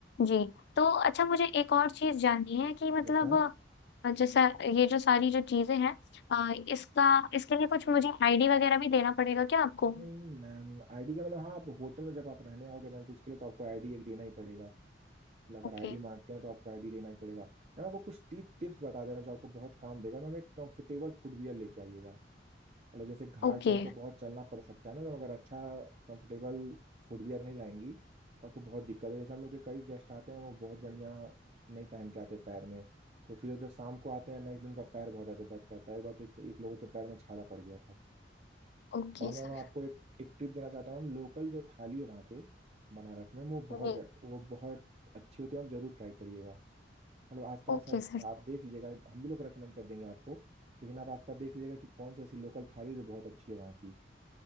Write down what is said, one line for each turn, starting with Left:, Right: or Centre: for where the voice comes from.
Left: जी तो अच्छा मुझे एक और चीज जाननी है कि मतलब
Right: Yes ma'am
Left: अ, जैसा ये जो सारी जो चीजें हैं अ, इसका इसके लिए कुछ मुझे आईडी वगैरह भी देना पड़ेगा क्या आपको
Right: नहीं मैम आईडी का मतलब हाँ आप होटल में जब आप रहने आओगे मैम तो उसके लिए तो आपको आईडी एक देना ही पड़ेगा मतलब अगर
Left: ओके
Right: आईडी मांगते हैं तो आपको आईडी देना ही पड़ेगा मैम आपको कुछ टी, टिप्स बता दे रहा हूँ जो आपको बहुत काम देगा मैम एक कंफर्टेबल फुटवियर लेके आइएगा मतलब जैसे घाट
Left: ओके
Right: पे आपको बहुत चलना पड़ सकता है ना तो अगर अच्छा कंफर्टेबल फुटवियर नहीं लाएंगी तो आपको बहुत दिक्कत हो जैसे हम लोग के कई गेस्ट आते हैं वो बहुत बढ़िया नहीं पहन के आते पैर में तो फिर वो जो शाम को आते हैं नेक्स्ट दिन उनका पैर बहुत ज्यादा दर्द करता है एक बार तो एक, एक लोगों के पैर में छाला पड़ गया था
Left: Okay
Right: और मैम
Left: sir
Right: आपको एक एक टिप देना चाहता हूँ मैम लोकल जो थाली है वहाँ पे बनारस में वो बहुत
Left: जी
Right: जट- वो बहुत अच्छी होती है आप जरूर ट्राई करिएगा मतलब आसपास
Left: Okay
Right: आप,
Left: sir
Right: आप देख लीजिएगा हम भी लोग रेकमेंड कर देंगे आपको लेकिन आप आसपास देख लीजिएगा कि कौन सी ऐसी लोकल थाली है जो बहुत अच्छी है वहाँ की